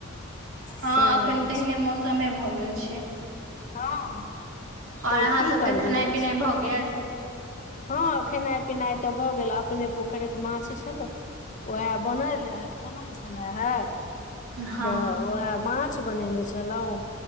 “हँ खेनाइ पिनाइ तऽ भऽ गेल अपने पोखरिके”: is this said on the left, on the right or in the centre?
Left